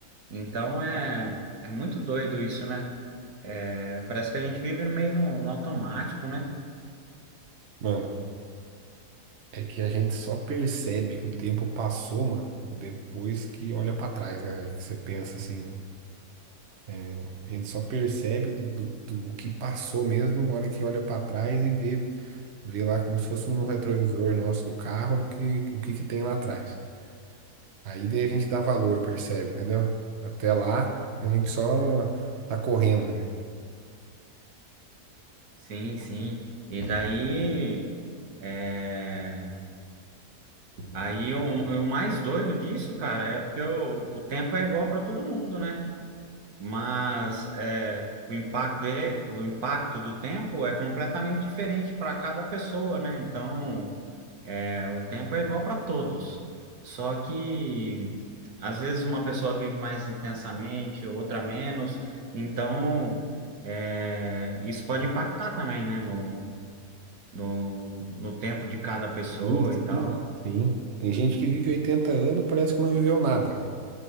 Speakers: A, on the right; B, on the right.
A: Então é, é muito doido isso, né? É, parece que a gente vive meio no, no automático, né?
B: Mano, é que a gente só percebe que o tempo passou, mano, depois que olha pra trás, né? Que você pensa assim, né? É, a gente só percebe do, do, do que passou mesmo na hora que olha pra trás e vê, vê lá como se fosse no retrovisor nosso do carro que, o que que tem lá atrás. Aí daí a gente dá valor, percebe, entendeu? Até lá, a gente só tá correndo, velho.
A: Sim, sim. E daí, é, aí o, o mais doido disso, cara, é porque o, o tempo é igual para todo mundo, né? mas é, o impacto dele, o impacto do tempo é completamente diferente para cada pessoa, né? Então, é, o tempo é igual para todos, só que às vezes uma pessoa vive mais intensamente, outra menos, então é, isso pode impactar também, né? No, no, no tempo de cada pessoa
B: Sim, sim,
A: e tal.
B: cara. Sim. Tem gente que vive 80 anos, parece que não viveu nada, velho.